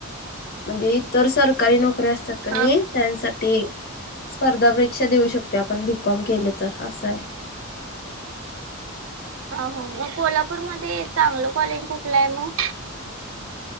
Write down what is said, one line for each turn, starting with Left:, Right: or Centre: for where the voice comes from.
Left: म्हणजे इतर सरकारी नोकरी असतात का
Right: हा
Left: नाही. त्यांसाठी स्पर्धा परीक्षा देऊ शकतो आपण बीकॉम केलं तर असं आहे.
Right: अ हो मग कोल्हापूरमध्येध्ये चांगलं कॉलेज कुठलं आहे मग.